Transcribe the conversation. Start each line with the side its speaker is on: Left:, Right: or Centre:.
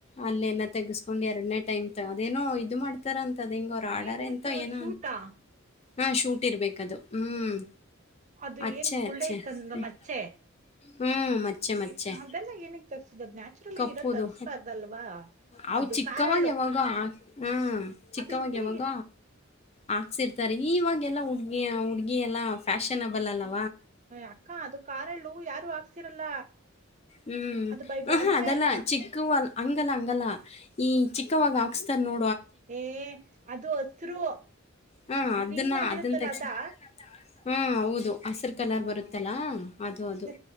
Left: ಅಲ್ಲ ತೆಗಸ್ಕೊಂಡು ಎರಡನೇ -ಟೈಮ್ ಅದೇನೋ ಇದು ಮಾಡ್ ಇತರ ಅಂತದ್ ಹಿಂಗ ಅವರು ಆರ್ಡರ್
Right: ಏನಾಯ್ತು
Left: ಎಂತ ಏನ
Right: ಶೂಟಾ
Left: ಹಾ ಶೂಟ್ ಇರ್ಬೇಕದು ಹ್ಮ್
Right: ಅದು
Left: ಅಚ್ಚೆ
Right: ಏನ್ ಗುಳ್ಳೈತಂದ
Left: ಅಚ್ಚೆ ಹ್ಮ್
Right: ಮಚ್ಚೆ
Left: ಹ್ಮ್ ಮಚ್ಚೆ- ಮಚ್ಚೆ
Right: ಎ- ಅದೆಲ್ಲ ಏನಕ್ ತಗ್ಸುದು ಅದ್ ನ್ಯಾಚುರಲ್
Left: ಕಪ್ಪುದು
Right: ಆಗಿ ಇರೋದ್ ತಗ್ಸ್ಬಾರ್ದಲ್ವಾ
Left: ಅ
Right: ಅದು
Left: ಚಿಕ್ಕವಾಗ
Right: ಕಾರಲ್ಲು
Left: ಯಾವಾಗ ಹ್ಮ ಚಿಕ್ಕವಾಗ
Right: ಅದ್ ಇದ್ರಿ
Left: ಯಾವಾಗ ಹಾಕ್ಸರ್ ಾರೆ ಇವಾಗೆಲ್ಲ ಹುಡುಗಿ ಹುಡ್ಗಿ -ಎಲ್ಲಾ ಫ್ಯಾಷನಬಲ್ ಅಲ್ಲ <unintelligible>
Right: ಅಕ್ಕ ಅದು ಕಾರಳು ಯಾರು ಹಾಕ್ಸಿರಲ್ಲ
Left: ಹ್ಮ್
Right: ಅದು ಬೈ
Left: ಹಹಾ
Right: ಬ- ಅಂದ್ರೆ
Left: ಅದೆಲ್ಲಾ
Right: ಅ-
Left: ಚಿಕ್ಕಲ್ಲ ಹಂಗಲ್ಲ - ಹಂಗಲ್ಲ ಈ ಚಿಕ್ಕವಾಗ ಹಾಕ್ಸ್ತಾರ್ ನೋ
Right: ಏ ಅದು ಅಸ್ರು
Left: ಹಾ ಅದನ್ನ
Right: ಗ್ರೀನ್ ಆಗಿರುತ್ತಲ್ಲ
Left: ಅದನ್ನ ತೆಗ್ಸ
Right: ಅದಾ
Left: ಹಾ ಹೌದು ಹಸಿರು ಕಲರ್
Right: ಹ್ಮ್
Left: ಬರುತ್ತಲ್ಲಾ
Right: ಹ,
Left: ಅದು
Right: ಅದೇ
Left: - ಅದು